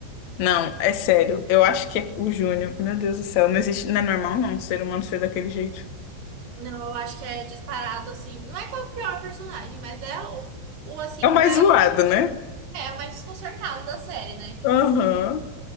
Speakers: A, on the left; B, on the right.
A: Não, é sério. Eu acho que é o Júnior, meu Deus do céu, não existe, não é normal não, um ser humano ser daquele jeito.
B: Não, eu acho que é disparado, assim. Não é qual é o pior personagem, mas é o, o assim,
A: É o mais
B: mais.
A: zoado, né?
B: É, a mais desconcertada da série, né?
A: Aham.